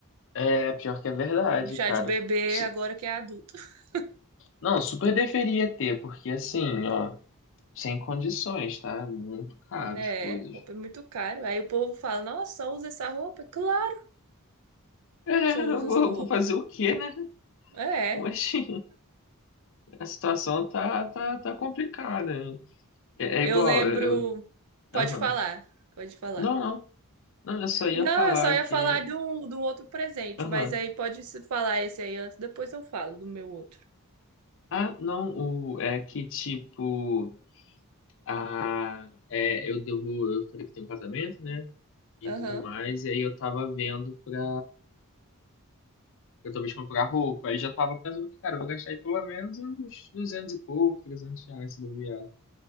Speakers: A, on the left; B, on the right.
A: É, pior que é verdade,
B: Um chá
A: cara.
B: de bebê
A: Su-
B: agora que é adulto. <laughs>
A: Não, super deveria ter, porque assim, ó, sem condições, tá? É Muito caro
B: É,
A: as coisas.
B: roupa é muito caro. Aí o povo fala, nossa, só usa essa roupa? Claro,
A: <laughs> É,
B: que só
A: eu
B: usa
A: vou,
B: essa roupa.
A: vou fazer o quê, né?
B: É,
A: Mas <laughs> a situação tá, tá, tá complicada. hein? É,
B: eu
A: é igual,
B: lembro.
A: eu, eu-
B: Pode
A: aham.
B: falar, pode falar.
A: Não, não, não, eu só ia
B: Não,
A: falar
B: eu só ia
A: que,
B: falar de um, de um outro presente,
A: aham.
B: mas aí pode se falar esse aí antes, depois eu falo do meu outro.
A: Ah, não, o, é que tipo, a, é, eu devo, eu falei que tem um casamento, né? E
B: Aham.
A: tudo mais, e aí eu tava vendo pra Eu talvez comprar roupa. Aí já tava pensando que, cara, eu vou gastar aí pelo menos uns 200 e pouco, 300 reais se bobear,